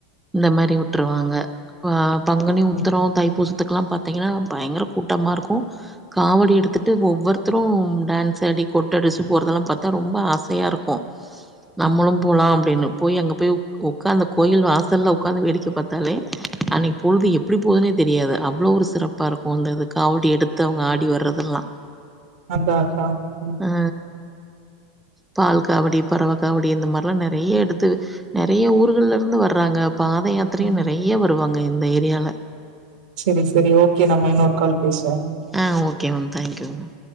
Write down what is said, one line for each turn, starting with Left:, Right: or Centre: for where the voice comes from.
Centre: இந்த மாரி வுட்டுருவாங்க ஆ பங்குனி உத்ரோ
Right: ம்
Centre: தைப்பூச த்துக்குல்லா பாத்தீங்ன்னா பயங்கர கூட்டமா இருக்கு காவடி எடுத்துட்டு ஒவ்வொருத்தரு டான்ஸ் ஆடி கொட் ட்டடிச்சு போறதெல்லா பாத்தா ரொம்ப ஆசயா இருக்கு நம்மளு
Right: ம்
Centre: போலா அப்டினு போய் அங்க போய் உக்காந்த கோயில் வாசல்ல உக்காந்து வேடிக்க பாத்தாலே அன்னிக் பொழுது எப்டி போதுனே தெரியாது அவ்ளோ ஒரு சிறப்பா இருக்கு அந்த இது காவடி எடுத்து அவங்க ஆடி வர்றதெல்லா
Right: அதா அதா ம்
Centre: ஆ பால் காவடி பறவ காவடி இந்த மாரிலா நெறைய எடுத்து நெறைய ஊர்கள்ல இருந்து வர்றாங்க பாத யாத்திரையு
Right: ம்
Centre: நெறைய வருவாங்க இந்த ஏரியால
Right: செரி செரி ஓகே நம்ம இன்னொரு கால் பேசுவோ
Centre: ஆ okay ma'am thank you ma'am